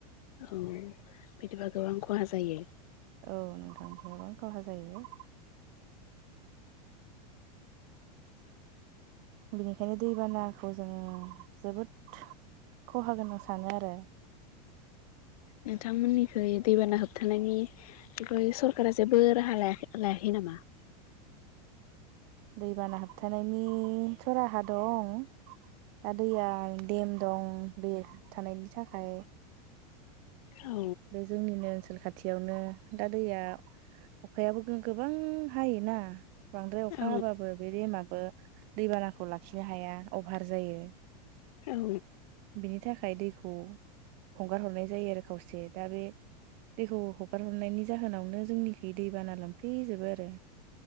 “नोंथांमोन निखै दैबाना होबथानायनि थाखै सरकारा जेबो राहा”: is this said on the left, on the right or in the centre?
Left